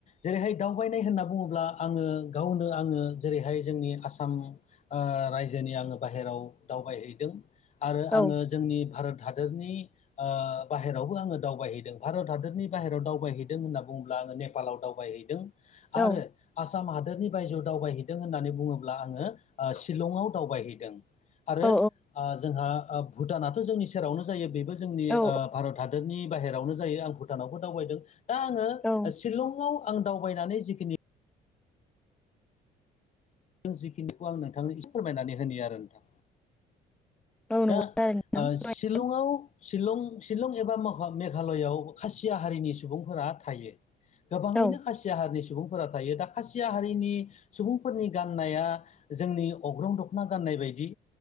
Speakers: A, on the left; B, in the centre.
A: जेरैहाय दावबायनाय होनना बुङोब्ला आङो गावनो आङो जेरैहाय जोंनि आसाम ओ रायजोनि आङो बाहेरायाव दावबायहैदों आरो
B: औ
A: आङो जोंनि भारत हादोरनि। ओ बाहेरायावबो आङो दावबायहैदों भारत हादरनि बाहेरायाव दावबायहैदों होनना बुङोब्ला आङो नेपा पालाव दावबायहैदों
B: औ
A: आरो। आसाम हादोरनि बायजोआव दावबायहैदों होननानै बुङोब्ला आङो शिलंआव दावबायहैदों। आरो
B: औ
A: ओ जोंहा भुटानाथ' जोंनि सेरावनो जायो बेबो जोंनि
B: औ
A: ओ भारत हाद‌ दोरनि बाहेरावनो जायो आं भुटानावबो दावबायदों दा आङो
B: औ
A: सि शिलंआव आं दावबायनानै जिखिनि। जिखिनिखौ आं नोंथांनो इसे फोरमायनानै होनि आरो नोंथां
B: औ नंगौ
A: दा।
B: थारैनो नोंथां
A: ओ शिलंआव शिलं एबा मेघालयआव खासिया हारिनि सुबुंफोरा। थायो गोबाङैनो
B: औ
A: खासिया हारिनि सुबुंफोरा थायो दा खासिया हारिनि सुबुंफोरनि गाननाया जोंनि अग्रं दख'ना गाननाय बायदि